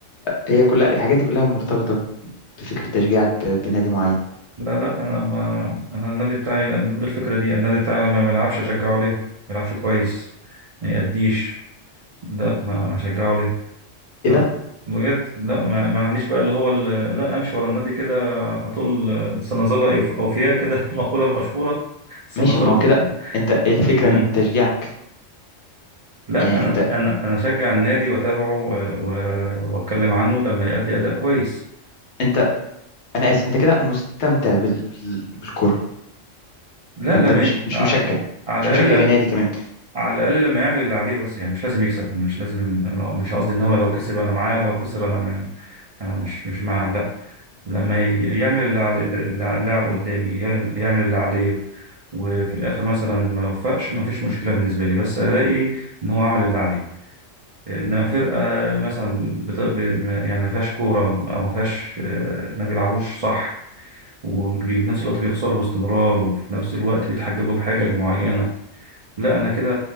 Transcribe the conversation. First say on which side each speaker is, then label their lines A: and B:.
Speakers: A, on the left (about 65°); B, on the right (about 65°).
A: فهي كلها الحاجات دي كلها مرتبطة بفكرة تشجيعك ب- بنادي معين
B: لا لا انا ما انا النادي بتاعي انا ضد الفكره دي النادي بتاعي لما ما يلعبش اشجعه ليه ما يلعبش كويس ما يأديش لا ما اشجعه ليه
A: ايه
B: لا
A: ده
B: بجد لا ما, ما عنديش بقى اللي هو ال- لا امشي ورا النادي كده طول سنظل أوف- اوفياء كده <laughs> المقوله المشهوره سنظل
A: ماشي ما هو كده
B: <laughs>
A: انت ايه الفكرة
B: مم.
A: من تشجيعك
B: لا
A: يعني
B: انا
A: انت
B: انا انا اشجع النادي واتابعه و- و- واتكلم عنه لما يأدي اداء كويس
A: انت انا اسف انت كده مستمتع بال... بال... بالكوره
B: لا
A: انت
B: لما
A: مش مش
B: على
A: مشجع
B: على
A: مش مشجع
B: الاقل لا
A: لنادي كمان
B: على الاقل لما يعمل اللي عليه بس يعني مش لازم يكسب مش لازم أنا مش قصدي ان هو لو كسب انا معاه لو خسر انا م- انا مش مش معاه لا لما ي- يعمل اللي على اللي- اللاعب قدامي ي- يعمل اللي عليه وفي الاخر مثلا ما يوفقش ما فيش مشكله بالنسبه لي بس الاقي ان هو عمل اللي عليه انما فرقه مثلا بت... ب... ما- يعني ما فيهاش كوره او ما فيهاش آه، ما بيلعبوش صح وفي نفس الوقت بيخسروا باستمرار وفي نفس الوقت بيتحججوا بحاجة معينة لا انا كده